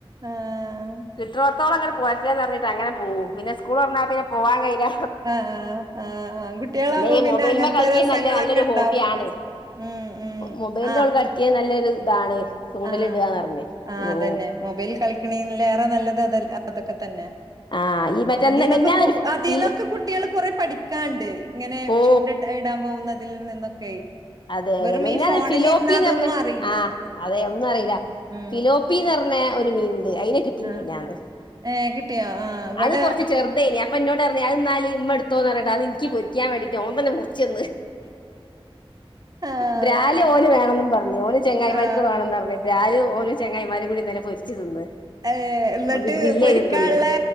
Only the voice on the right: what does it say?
ആഹ്
ആഹ് ആഹ് ആഹ് ആഹ് ആകുട്ടികളാകുമ്പോ
പിന്നെ
അങ്ങനത്തെ
രസങ്ങളൊക്കെ
ഇണ്ടാവും
ഉം ഉം
ആഹ്
ആ
ആ അതെന്നെ
മൊബൈൽ കളിക്കിണേൽ ഏറെ നല്ലത് അതല്ലെ അ അതൊക്കെ തന്നെ
അതിന്നൊക്കെ
അതിന്നൊക്കെ
കുട്ട്യാള് കൊറേ പഠിക്കാണ്ട് ഇങ്ങനെ
ചൂണ്ടട്ട ഇടാൻ പോകുന്നത് തിൽ നിന്നൊക്കെ
വെറും
ഈ ഫോണിലിരുന്നാ
അതൊന്നും
അറിയി
ഉം
ആഹ്
ഏഹ് കിട്ടിയോ ആഹ് ഇവിടെ
ആഹ്
ആഹ്
ഏഹ് എന്നിട്ട്
പൊരിക്കാനുള്ള